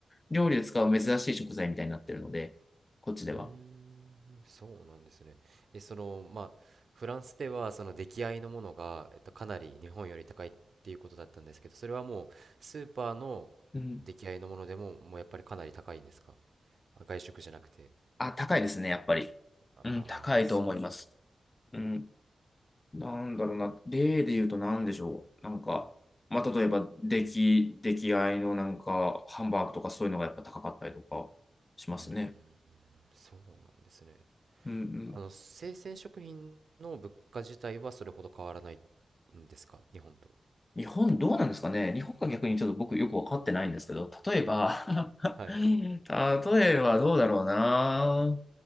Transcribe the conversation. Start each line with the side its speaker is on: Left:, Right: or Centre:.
Left: 料理で使う珍しい食材みたいになってるので、こっちでは。
Right: うーん、そうなんですね。え、その、まあ、フランスでは、その出来合いのものが、えっと、かなり日本より高いっていうことだったんですけど、それはもう、スーパーの出来合いのものでも、
Left: うん。
Right: もうやっぱりかなり高いんですかあ外食じゃなくて。
Left: あ、高いですね、やっぱり。
Right: ああ、
Left: うん、高いと思います。
Right: そうなん、
Left: うん。なんだろうな、例で言うと何でしょう。なんか、まあ、例えば、出来、出来合いのなんか、ハンバーグとかそういうのがやっぱ高かったりとかしますね。
Right: うーん、そうなんですね。
Left: うんうん。
Right: あの、生鮮食品の物価自体はそれほど変わらないんですか日本と。
Left: 日本どうなんですかね日本が逆にちょっと僕よくわかってないんですけど、例えば <laughs>
Right: はい。
Left: 例えばどうだろうな。